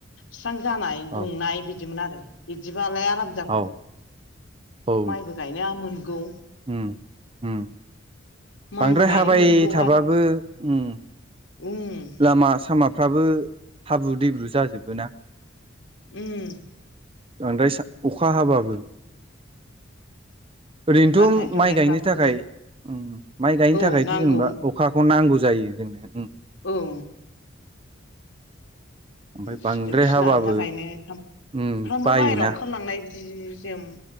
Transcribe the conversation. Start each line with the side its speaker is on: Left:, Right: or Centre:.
Left: स्रां जानाय
Right: औ
Left: दुंनाय बिदिमोन आरो बिदिबालाय थाब जागौ
Right: औ औ
Left: माइबो गायनो मोनगौ
Right: उम उम
Left: माइबो
Right: बांद्राय
Left: गायनो
Right: हाबाय
Left: मोनगौ
Right: थाबाबो
Left: आरो
Right: उम
Left: उम
Right: लामा सामाफ्राबो हाब्रु दैब्रु जाजोबो ना
Left: उम
Right: बांद्राय सा-अखा हाबाबो ओरैनोथ'
Left: गाननाय जोमनायफ्राबो
Right: माइ गायनो थाखाय उम माइ गायनो
Left: औ
Right: थाखायथ'
Left: नांगौ
Right: जेनेबा अखाखौ नांगौ जायो जोंनो उम
Left: औ
Right: ओमफ्राय
Left: सिदोब
Right: बांद्राय
Left: सिलानि
Right: हाबाबो
Left: थाखायनो सामफ्रामबो
Right: उम बायोना
Left: बाहेराव ओंखारलांनाय जि जोम